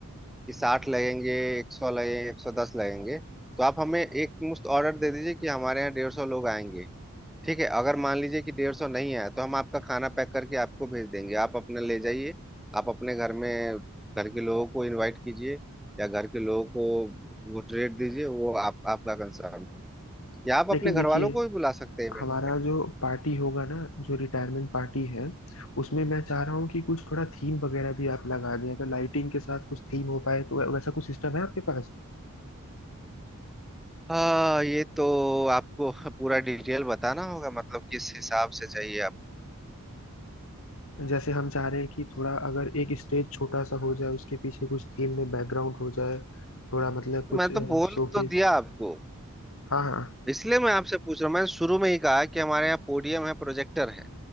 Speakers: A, in the centre; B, on the left.
A: कि साठ लगेंगे एक सौ लगेंगे एक सौ दस लगेंगे तो आप हमें एक मुश्त ऑर्डर दे दीजिए कि हमारे यहाँ डेढ़ सौ लोग आएंगे ठीक है अगर मान लीजिए कि डेढ़ सौ नहीं आया तो हम आपका खाना पैक करके आपको भेज देंगे आप अपने ले जाइए आप अपने घर में घर के लोगों को इनवाइट कीजिए या घर के लोगों को वो ट्रीट दीजिए वो आप आपका कंसर्न है या आप
B: लेकिन
A: अपने घर
B: देखिए
A: वालों को भी बुला सकते हैं इवेंट
B: हमारा
A: में
B: जो पार्टी होगा ना जो रिटायरमेंट पार्टी है उसमें मैं चाह रहा हूँ कि कुछ थोड़ा थीम वगैरह भी आप लगा दें अगर लाइटिंग के साथ कुछ थीम हो पाए तो वैसा कुछ सिस्टम है आपके पास
A: हाँ ये तो आपको पूरा डिटेल बताना होगा मतलब किस हिसाब से चाहिए आपको
B: जैसे हम चाह रहे हैं कि थोड़ा अगर एक स्टेज छोटा सा हो जाए उसके पीछे कुछ थीम में बैकग्राउंड हो जाए थोड़ा मतलब कुछ
A: मैं तो बोल
B: शोकेस
A: तो दिया आपको
B: हाँ हाँ
A: इसलिए मैं आपसे पूछ रहा हूँ मैंने शुरू में ही कहा कि हमारे यहाँ पोडियम है प्रोजेक्टर है